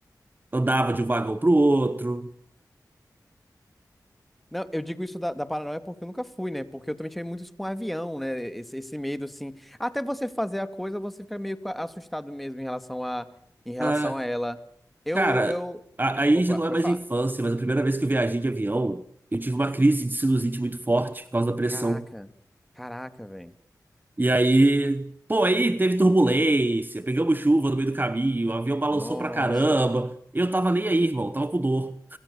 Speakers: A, on the right; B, in the centre.
A: andava de um vagão pro outro.
B: Não, eu digo isso da, da paranoia porque eu nunca fui, né? Porque eu também tive muito isso com avião, né? Esse, esse medo, assim. Até você fazer a coisa, você fica meio que assustado mesmo em relação a, em relação
A: Ah,
B: a ela. Eu,
A: cara,
B: eu,
A: a- aí
B: Opa,
A: já não
B: pode
A: é mais
B: falar.
A: infância, mas a primeira vez que eu viajei de avião, eu tive uma crise de sinusite muito forte por causa da pressão.
B: Caraca, caraca, velho.
A: E aí, pô, aí teve turbulência, pegamos chuva no meio do caminho, o avião balançou
B: Nossa.
A: pra caramba. Eu tava nem aí, irmão, tava com dor.